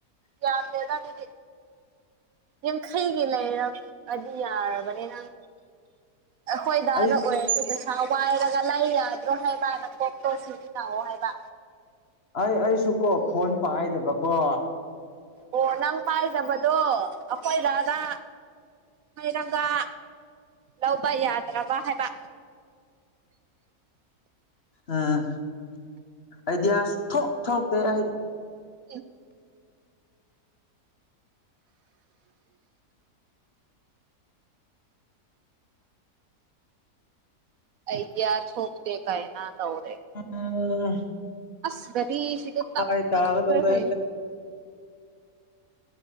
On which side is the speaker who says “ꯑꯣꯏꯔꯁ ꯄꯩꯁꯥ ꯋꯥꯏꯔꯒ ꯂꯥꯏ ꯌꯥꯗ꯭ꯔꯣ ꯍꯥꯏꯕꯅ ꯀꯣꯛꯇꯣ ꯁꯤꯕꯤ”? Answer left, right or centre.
Right